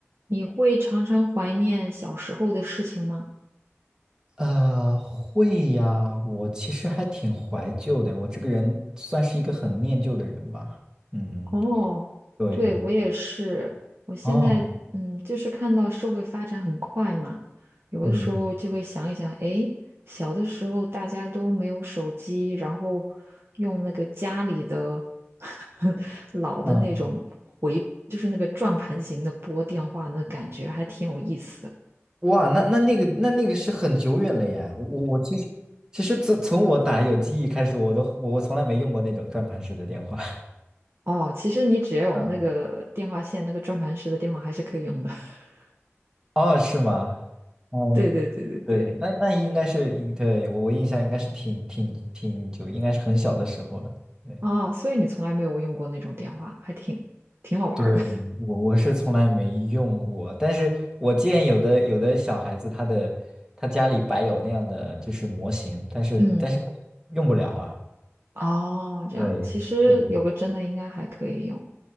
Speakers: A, on the right; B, on the right.
A: 你会常常怀念小时候的事情吗？
B: 呃，会呀，我其实还挺怀旧的，我这个人算是一个很念旧的人吧。嗯，
A: 哦，
B: 对，
A: 对，我也是。我现在嗯，
B: 哦，
A: 就是看到社会发展很快嘛，有的时候就会想一想，
B: 嗯
A: 诶，小的时候大家都没有手机，然后用那个家里的 <laughs> 老的那种回，
B: 嗯，
A: 就是那个转盘型的拨电话，那感觉还挺有意思的。
B: 哇，那那那个那那个是很久远了耶。我我其实其实自从我打有记忆开始，我都我我从来没用过那种转盘式的电话。<laughs>
A: 哦，其实你只要有那个电话线，
B: 嗯
A: 那个转盘式的电话还是可以用的。<laughs>
B: 哦，是吗？嗯，
A: 对对对对对。
B: 对对，那那应该是，对，我我印象应该是挺挺挺久，应该是很小的时候了。对。
A: 啊，所以你从来没有用过那种电话，还挺挺好玩儿的。
B: 对，我我是从来没用过，但是我见有的有的小孩子他的他家里摆有那样的就是模型，但是但是用不了啊。
A: <laughs> 嗯，哦，这样，
B: 对，
A: 其实有个真的应该还可以用，
B: 对对。